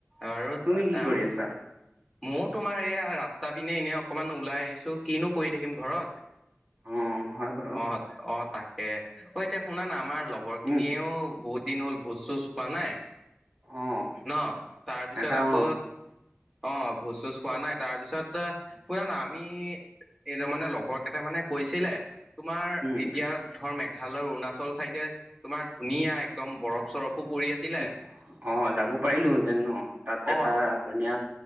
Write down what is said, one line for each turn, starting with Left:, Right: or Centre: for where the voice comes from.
Centre: আৰু
Right: তুমি
Centre: কাম
Right: কি কৰি আছা
Centre: ময়ো তোমাৰ এয়া, ৰাস্তাৰ পিনে এনেই অকণমান ওলাই আহিছোঁ, কিনো কৰি থাকিম ঘৰত।
Right: অঁ হয় বাৰু
Centre: অ', অ' তাকে অ' এতিয়া শুনা না আমাৰ ল খিনিয়েও
Right: উম
Centre: বহুত দিন হ'ল ভোজ-চোজ খোৱা নাই।
Right: অঁ
Centre: ন তাৰপিছত
Right: এটা
Centre: আকৌ
Right: অঁ
Centre: অ', ভোজ-চোজ খোৱা নাই, তাৰপিছতে শুনা না আমি কেইতাৰ মানে লগৰ কেইটা মানে কৈছিলে, তোমাৰ
Right: উম
Centre: এতিয়া ধৰ, মেঘালয় অৰুণাচল চাইডে তোমাৰ ধুনীয়া একদম বৰফ চৰফো পৰি আছিলে
Right: অ', যাব পাৰিলো হেতেন ন? তাত এটা
Centre: অ
Right: ধুনীয়া